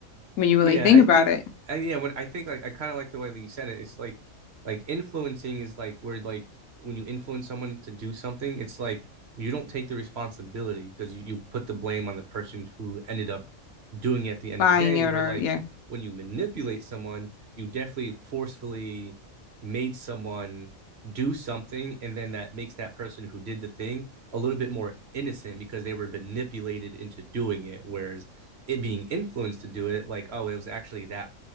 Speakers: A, on the left (about 85°); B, on the right (about 50°).
A: when you really
B: Yeah,
A: think
B: I
A: about
B: think
A: it,
B: I yeah, when I think like I kind of like the way that you said it. It's like like influencing is like where like when you influence someone to do something, it's like you don't take the responsibility because you, you put the blame on the person who ended up doing it at the end
A: buying
B: of the day.
A: it
B: Where
A: or
B: like
A: yeah,
B: when you manipulate someone, you definitely forcefully made someone do something, and then that makes that person who did the thing a little bit more innocent because they were manipulated into doing it. Whereas it being influenced to do it like oh it was actually that